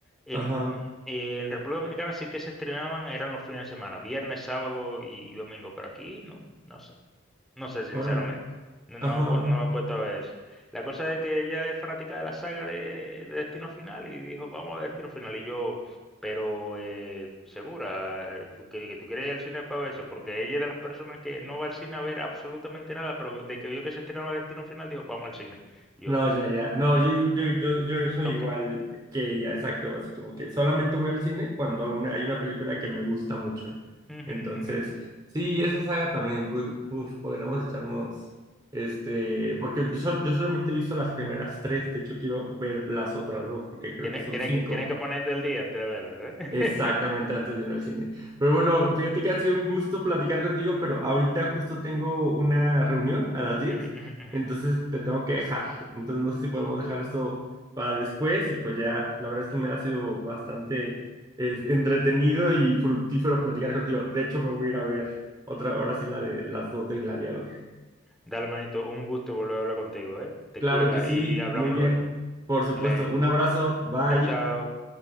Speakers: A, in the centre; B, on the right (about 20°).
A: En,
B: Ajá.
A: eh, en República Dominicana sí que se estrenaban, eran los fines de semana, viernes, sábado y domingo, pero aquí no, no sé. No sé, sinceramente.
B: Ahora
A: No, no,
B: Ajá,
A: he pu-
B: ajá.
A: no he puesto a ver eso. La cosa de que ella es fanática de la saga de, de Destino Final y dijo, vamos a Destino Final. Y yo, pero eh, segura, ¿tú, que, que tú quieres ir al cine para ver eso, porque ella es de las personas que no va al cine a ver absolutamente nada, pero de que vio que se estrenaba Destino Final, dijo, vamos al cine. Y
B: No,
A: yo, bueno,
B: ya, ya. No,
A: eh,
B: yo, yo, yo, yo soy
A: toca.
B: igual que ella, exacto. Así como que solamente voy al cine cuando hay una, hay una película que me gusta mucho.
A: Ujú, ujú,
B: Entonces,
A: ujú.
B: sí, esa saga también, u- uf, podríamos echarnos, este, porque yo, sol- yo solamente he visto las primeras tres, de hecho quiero ver las otras dos, porque creo
A: Tiene,
B: que son
A: tiene
B: cinco.
A: que, tiene que ponerte el día antes de verla,
B: Exactamente,
A: ¿eh?
B: antes de irme al cine. Pero bueno, fíjate que ha sido un gusto platicar contigo, pero ahorita justo tengo una reunión a las diez,
A: <laughs> Ujú, ujú, ujú.
B: entonces te tengo que dejar. Entonces no sé si podemos dejar esto para después y pues ya, la verdad es que me ha sido bastante eh, entretenido y fructífero platicar contigo. De hecho, me voy a ir a ver otra, ahora sí la de las dos de Gladiador.
A: Dale, manito, un gusto volver a hablar contigo, ¿eh? Te
B: Claro
A: cuida
B: que sí,
A: y hablamos
B: muy bien.
A: luego.
B: Por supuesto,
A: Dale,
B: un abrazo, bye.
A: chao, chao.